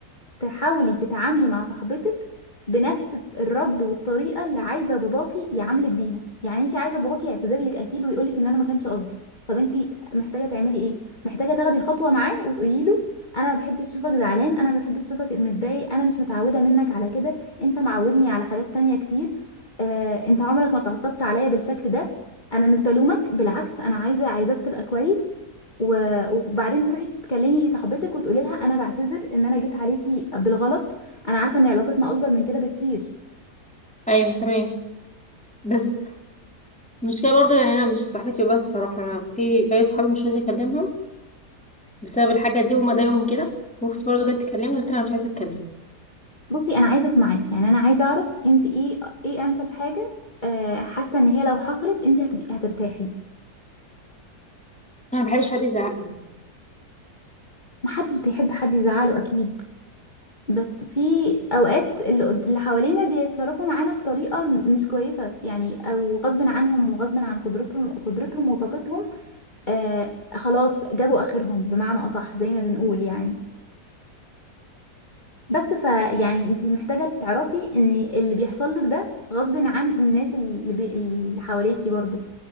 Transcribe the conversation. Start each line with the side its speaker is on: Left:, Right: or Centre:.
Left: تحاولي تتعاملي مع صاحبتك بنفس الرد والطريقه اللي عايزه باباكي يعاملك بيها يعني انت عايزه باباكي يعتذر لك اكيد ويقول لك ان انا ما كانش قصدي طب انت محتاجه تعملي ايه محتاجه تاخدي خطوه معاه وتقولي له انا ما بحبش اشوفك زعلان انا ما بحبش اشوفك متضايق انا مش متعوده منك على كده انت معودني على حاجات تانية كتير آه، انت عمرك ما اتعصبت عليا بالشكل ده انا مش بلومك بالعكس انا عايزه عايزاك تبقى كويس و- وبعدين تروحي تكلمي صاحبتك وتقولي لها انا بعتذر ان انا جيت عليكي بالغلط انا عارفه ان علاقتنا اكبر من كده بكتير
Centre: ايوه تمام بس المشكلة برضه يعني أنا مش صاحبتي بس صراحة أنا في باقي صحابي مش راضية أكلمهم بسبب الحاجة دي وما ضايقهم كده وأختي برضه جت تكلمني قلت لها أنا مش عايزة أتكلم
Left: بصي انا عايزه اسمعك يعني انا عايزه اعرف انت ايه ايه انسب حاجه آه، حاسه ان هي لو حصلت انت هتبقي هترتاحي
Centre: أنا مبحبش حد يزعقني
Left: محدش بيحب حد يزعله اكيد بس في اوقات اللي قد- اللي حوالينا بيتصرفوا معانا بطريقه م- مش كويسه يعني او غصب عنهم وغصب عن قدرتهم قدرتهم وطاقتهم آه خلاص جابوا اخرهم بمعنى اصح زي ما بنقول يعني بس فيعني انت محتاجة تعرفي ان اللي بيحصل لك ده غصب عن الناس اللي, بي... اللي حواليكي برضو